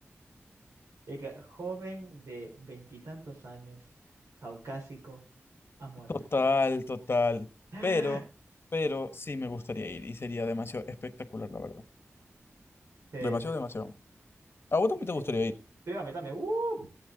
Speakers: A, on the right (about 75°); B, on the left (about 55°).
A: Y que joven de veintitantos años, caucásico, ha muerto.
B: Total,
A: <gasps>
B: total.
A: <laughs>
B: Pero, pero sí me gustaría ir y sería demasiado espectacular, la verdad.
A: Sí,
B: Demasiado,
A: sí.
B: demasiado. A vos también
A: sí.
B: te gustaría ir,
A: Sí, a mí también. ¡Uh!